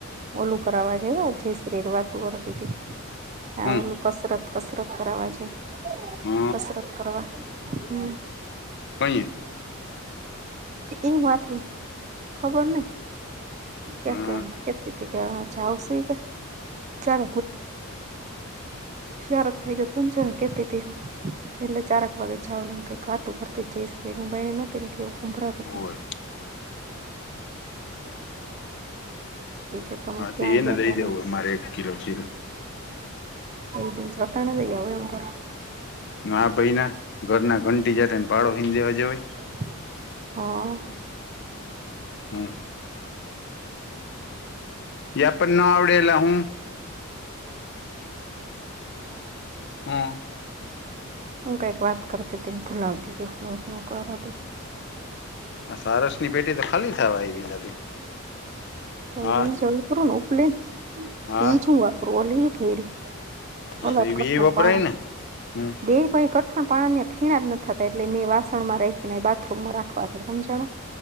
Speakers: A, on the right; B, on the left.
A: ઓલું કરાવા જય શ્રી હારે વાતું કરતી તી. આ
B: હમ
A: ઓલું કસરત કસરત કરઃવા છે
B: હ
A: કસરત કરવા હમ્મ.
B: કોઈ હે?
A: એ વા થુ ખબર નહીં. કે
B: હા
A: કેમ કેતી તી કે છે અવે જાવશી કે ચાલ શારદભાઈ કે કુજણ કેતી તી. એટલે ચારક વાગે જાવ ને એમ કઈક વાતું કરતી જઈ બને નથી એવું સંભળાતું
B: હોય
A: તું. હતું એ કે તમે
B: હા
A: ક્યાં
B: તો એને
A: ગયા
B: દઈ
A: તા
B: દેવું
A: ને.
B: હે મારે એક કિલો જીરું
A: એય કઈ જતા નથી એય એમ કરો.
B: ના ભઈ ના ઘરના ઘંટી જાને ભાળો હઈન દેવા જવાય.
A: હ.
B: હા. યા પણ ન આવડેલા હું. હમ.
A: હું ક એક વાત કરતી હતીને ફૂલાવતી હું હું કરતી.
B: સારસ ની પેટી તો ખાલી થવા એવી લાગે.
A: તો
B: હા
A: એજ વાપરું ને ઉપલે ને
B: હા
A: તેજ હું વાપરું ઓલી ફેરી.
B: હા તો
A: ઓત
B: એ
A: કર
B: બે વપરાય
A: પા
B: ને હમ
A: બે. કો કઠણ પાણી ને ફીણા જ ન થતા એટલે મેં વાસણ માં રાખીને બાથરૂમમાં રાખવા સમજાણો. <inaudible>